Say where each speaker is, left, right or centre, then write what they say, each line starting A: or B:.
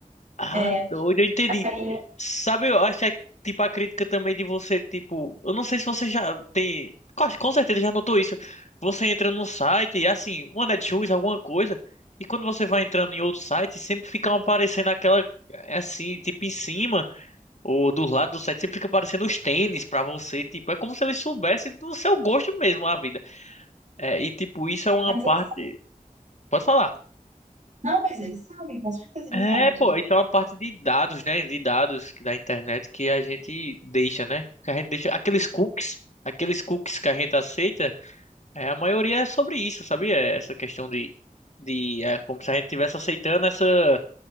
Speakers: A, on the left (about 55°); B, on the right (about 55°).
A: Ah,
B: é,
A: doido, eu entendi.
B: aí,
A: Sabe, eu acho que, é, tipo, a crítica também de você, tipo, eu não sei se você já tem, com com certeza já notou isso. Você entra num site e, assim, uma Netshoes, alguma coisa, e quando você vai entrando em outro site, sempre fica aparecendo aquela, eh, assim, tipo, em cima ou do lado do site, sempre fica aparecendo os tênis pra você, tipo, é como se eles soubessem do seu gosto mesmo a vida. É, e, tipo, isso é uma
B: mas
A: parte.
B: eles,
A: Pode falar.
B: não, mas eles sabem, com certeza eles
A: É,
B: sabem
A: pô,
B: tudo.
A: isso é uma parte de dados, né? De dados que- da internet que a gente deixa, né? Porque a gente deixa aqueles cookies, aqueles cookies que a gente aceita, é, a maioria é sobre isso, sabia? É Essa questão de, de é como se a gente estivesse aceitando essa,